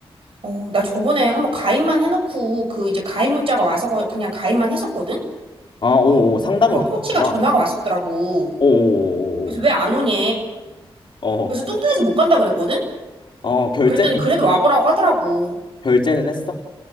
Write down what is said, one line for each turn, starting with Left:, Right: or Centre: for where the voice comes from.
Right: 어, 나 저번에 한번 가입만 해놓고 그 이제 가입 문자가 와서 거- 그냥 가입만 했었거든?
Left: 아, 오, 오, 상담은
Right: 그
Left: 받았구나.
Right: 코치가 전화가 왔었더라고.
Left: 오,
Right: 그래서
Left: 오,
Right: 왜 안 오냐?
Left: 오, 오.
Right: 그래서
Left: 어,
Right: 뚱뚱해서 못 간다 그랬거든?
Left: 어, 어, 결제는
Right: 그랬더니 그래도
Left: 했-
Right: 와보라고 하더라고.
Left: 결제는 했어?